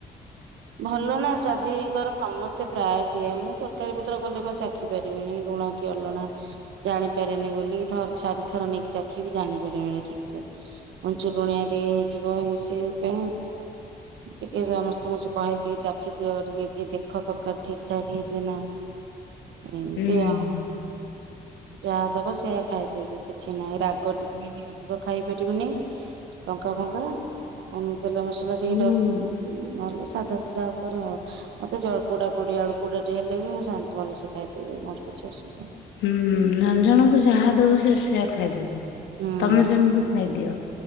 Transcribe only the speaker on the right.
ଭ ଭଲ ନା ସ୍ୱାଦିକର ସମସ୍ତେ ପ୍ରାୟ ସେଇୟା ମୁଁ ତରକାରୀ ପତ୍ର କଲେ ବା ଚାଖି ପାରିବିନି ଲୁଣ କି ଅଲଣା ଜାଣିପାରେନି ବୋଲି ତ ଛାରିଥର ନେଇକି ଚାଖିବି ଜାଣିପାରିବିନି ଠିକ ସେ କଞ୍ଚୁ ଲୁଣିଆ ଟିକେ ହେଇଯିବ। ଏ ସେ ପାଇଁ ଟିକେ ସମସ୍ତଙ୍କୁ କହେ ଟିକେ ଚାଖି ଦିଅ ଟିକେ କିଏ ଦେଖ ତରକାରୀ ଠିକ ଠାକ ହେଇଛି ନା ଏମିତି
ଆଉ ଯାହା ଦବ ସେଇୟା ଖାଇଦେବି। କିଛି ନାହିଁ ରାଗ ଟିକେ ବି ଅଧିକ ଖାଇ <unintelligible> ଲଙ୍କା ଫଙ୍କା ତେଲ ମସଲା ଟିକେ
ଡର
ନହଲେ ସାଧା ସିଧା ଉପରେ ଆଉ ମତେ ଜଳପୋଡା ପୋଡି ଆଳୁ ପୋଡା ଟେ ହେଲେ ବି ମୁଁ ଶାନ୍ତି ଭଲ ସେ ଖାଇଦେବି ମୋର କିଛି ଅସୁବିଧା ନାହିଁ।
ହୁଁ